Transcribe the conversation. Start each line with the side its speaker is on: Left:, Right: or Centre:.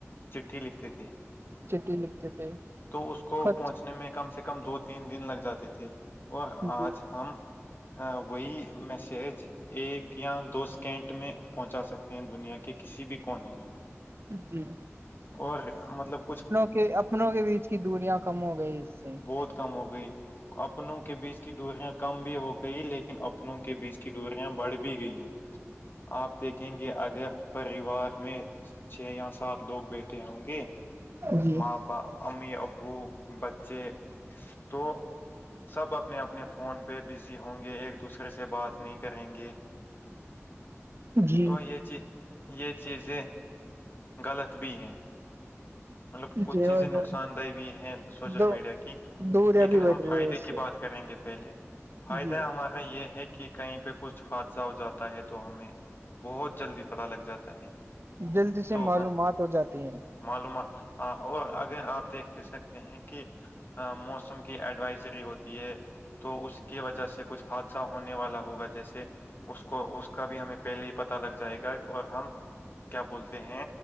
Left: چٹھی لکھتے تھے
Right: چٹی لکھتے تھے
Left: تو اس کو
Right: خط
Left: پہنچنے میں کم سے کم دو تین دن لگ جاتے تھے اور
Right: جی
Left: آج ہم وہی میسج ایک یا دو سیکنٹ میں پہنچا سکتے ہیں دنیا کے کسی بھی کونے میں
Right: جی
Left: اور مطلب کچھ
Right: کہ اپنوں کے بیچ کی دوریاں کم ہو گئی سے
Left: بہت کم ہو گئی اپنوں کے بیچ کی دوریاں کم بھی ہو گئی لیکن اپنوں کے بیچ کی دوریاں بڑھ بھی گئی ہیں آپ دیکھیں گے اگر پریوار میں چھ یا سات لوگ بیٹھے ہوں گے
Right: جی
Left: ماں امی ابو بچے تو سب اپنے اپنے فون پہ بزی ہوں گے ایک دوسرے سے بات نہیں کریں گے
Right: جی
Left: تو یہ چیز یہ چیزیں غلط بھی ہیں مطلب کچھ
Right: جی
Left: چیزیں
Right: بھائی
Left: نقصان
Right: جان،
Left: دہ بھی ہیں سوشل
Right: دو
Left: میڈیا کی
Right: دوریا
Left: لیکن
Right: بھی بڑھ
Left: ہم
Right: رہی
Left: فائدے
Right: ہے اس
Left: کی
Right: سے
Left: بات کریں گے پہلے فائدہ
Right: جی
Left: ہمارا یہ ہے کہ کہیں پہ کچھ حادثہ ہو جاتا ہے تو ہمیں بہت جلدی پتا لگ جاتا ہے
Right: جلدی سے
Left: تو
Right: معلومات
Left: ہم
Right: ہو جاتی ہیں
Left: معلومات اور اگر آپ دیکھ س ہیں کہ موسم کی ایڈوائزری ہوتی ہے تو اس کی وجہ سے کچھ حادثہ ہونے والا ہوگا جیسے اس کو اس کا بھی ہمیں پہلے ہی پتا لگ جائے گا اور ہم کیا بولتے ہیں